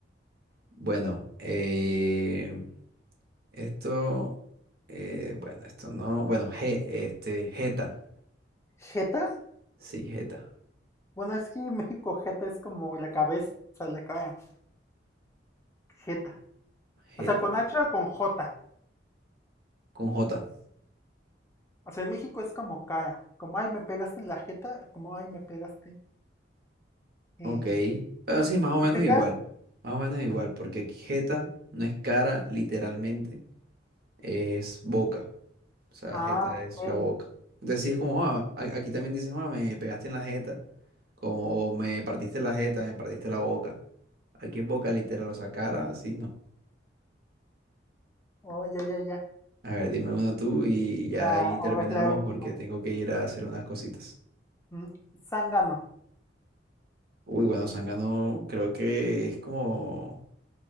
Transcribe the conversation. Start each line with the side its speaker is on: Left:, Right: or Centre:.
Right: Bueno, eh, esto, eh, bueno, esto no, bueno, G, este, Jeta,
Left: ¿Jeta?
Right: sí, Jeta,
Left: Bueno, es que en México jeta es como la cabeza, la cara. Jeta.
Right: Jeta,
Left: O sea, con H o con J.
Right: con J,
Left: O sea, en México es como cara, como ay, me pegaste en la jeta, como ay, me pegaste. Eje.
Right: ok. Pero sí, más o menos
Left: ¿Significa?
Right: igual, más o menos igual, porque aquí Jeta no es cara, literalmente, es boca. O sea,
Left: Ah,
Right: jeta es
Left: ok.
Right: la boca. Entonces sí es como, "Ah, a- aquí también dices, "Ah, me pegaste en la jeta. Como, o me partiste la jeta, me partiste la boca. Aquí es boca literal, o sea, cara, sí no.
Left: Oh, ya, ya, ya.
Right: A ver, dime uno tú y ya
Left: Ah,
Right: ahí terminamos
Left: ahora es la última.
Right: porque tengo que ir a hacer unas cositas.
Left: Mm, Zángano.
Right: Uy, bueno, Zángano creo que es como...